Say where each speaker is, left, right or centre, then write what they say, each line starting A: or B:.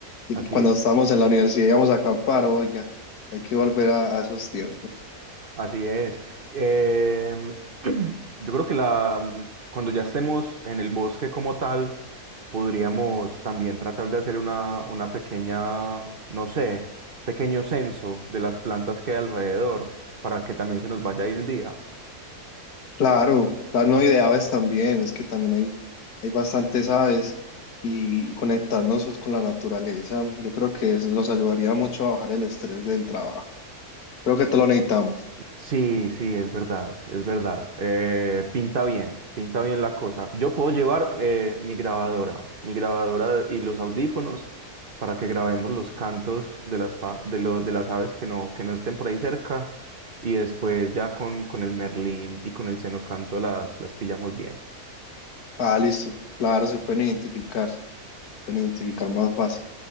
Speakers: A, on the left; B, on the right.
A: y,
B: Así
A: y cuando
B: es.
A: estábamos en la universidad íbamos a acampar, oiga, hay que volver a a esos tiempos.
B: Así es. Em, <clears throat> yo creo que la, mm, cuando ya estemos en el bosque como tal, podríamos también tratar de hacer una, una pequeña, no sé, pequeño censo de las plantas que hay alrededor para que también se nos vaya ahí el día.
A: Claro, tal, no, y de aves también, es que también hay, hay bastantes aves y, y conectarnos pues, con la naturaleza, yo creo que eso nos ayudaría mucho a bajar el estrés del trabajo. Creo que todo lo necesitamos.
B: Sí, sí, es verdad, es verdad. Eh, pinta bien, pinta bien la cosa. Yo puedo llevar eh, mi grabadora, mi grabadora y los audífonos para que grabemos los cantos de las, pa- de lo- de las aves que no, que no estén por ahí cerca y después ya con, con el merlín y con el cenocanto las, las pillamos bien.
A: Ah, listo, claro, se pueden identificar, pueden identificar más fácil.